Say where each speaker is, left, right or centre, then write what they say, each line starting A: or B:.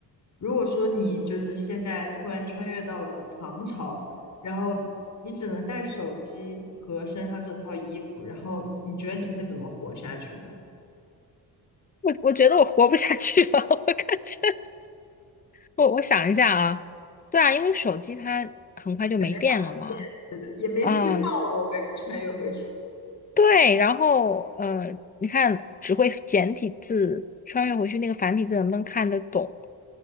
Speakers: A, on the left (about 45°); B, on the left (about 20°).
A: 如果说你就是现在突然穿越到了唐朝，然后你只能带手机和身上这套衣服，然后你觉得你会怎么活下去呢？
B: 我我觉得我活不下去了，<laughs> 我感觉我我想一下啊，对啊，因为手机它很快就没电了嘛。
A: 也没法穿，对对，也没信号了，
B: 嗯，
A: 我感觉穿越回去，
B: 对，然后呃，你看只会简体字，穿越回去那个繁体字能不能看得懂？